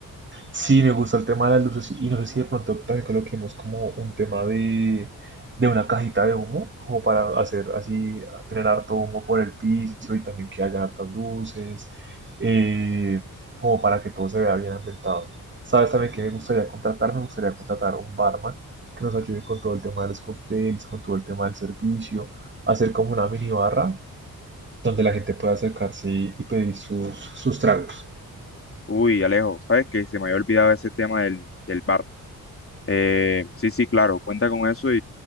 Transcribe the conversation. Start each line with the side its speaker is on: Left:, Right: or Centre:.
Right: Sí, me gusta el tema de las luces y no sé si de pronto también coloquemos como un tema de, de una cajita de humo, como para hacer así, tener harto humo por el piso y también que haya hartas luces, eh, como para que todo se vea bien ambientado. ¿Sabes también que me gustaría contratar? Me gustaría contratar un barman que nos ayude con todo el tema de los cócteles, con todo el tema del servicio, hacer como una mini barra donde la gente pueda acercarse y y pedir sus, sus tragos.
Left: Uy, Alejo, ¿sabes qué? Se me había olvidado ese tema del, del bar. Eh, sí, sí, claro, cuenta con eso